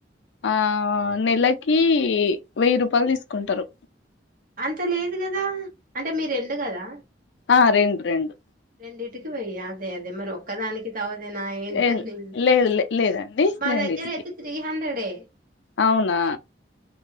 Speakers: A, on the left (about 80°); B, on the right (about 50°).
A: ఆ నెలకి కి వెయ్యి రూపాయలు తీసుకుంటారు
B: అంత లేదు కదా అంటే మీరు ఎండు కదా
A: ఆ రెండు రెండు
B: వీకి వేయాలి అదే అదే మరి ఒక్కదానికి తవదే నా ఏంటిని
A: ఏ లేదు లే లేదండి.
B: మా
A: రెండిటికి.
B: దగ్గర అయితే త్రీ హండ్రెడే ఏ
A: అవునా